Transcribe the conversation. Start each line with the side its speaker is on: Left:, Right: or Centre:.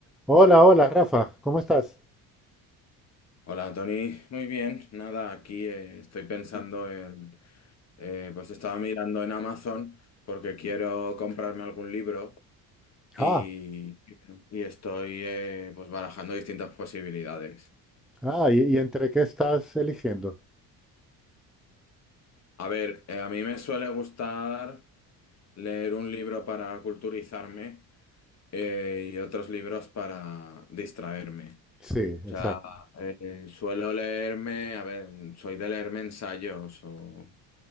Centre: Hola, hola, Rafa, ¿cómo estás?
Left: Hola, Tony. Muy bien. Nada, aquí eh, estoy pensando en... eh, pues estaba mirando en Amazon porque quiero comprarme algún libro y,
Centre: Ah,
Left: y bueno, y estoy eh, pues barajando distintas posibilidades.
Centre: ah, ¿y, y entre qué estás eligiendo?
Left: A ver, eh, a mí me suele gustar leer un libro para culturizarme eh, y otros libros para distraerme.
Centre: Sí, exacto.
Left: O sea, eh, suelo leerme, a ver, soy de leerme ensayos o...